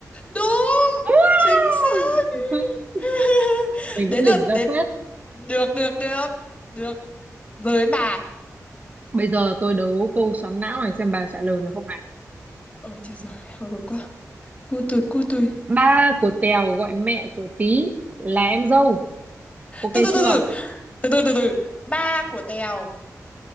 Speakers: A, on the left; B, on the right.
A: đúng
B: <laughs>
A: chính xác <laughs>
B: mình
A: đến
B: cũng đỉnh
A: lượt
B: ra
A: đến
B: phết
A: được được được được rồi đến bà
B: bây giờ tôi đấu câu xoắn não này xem bà trả lời được không này
A: ôi trời rồi hồi hộp quá cu tui cu tui
B: ba của Tèo gọi mẹ của Tí là em dâu ok
A: từ từ
B: chưa
A: từ từ từ từ từ từ ba của tèo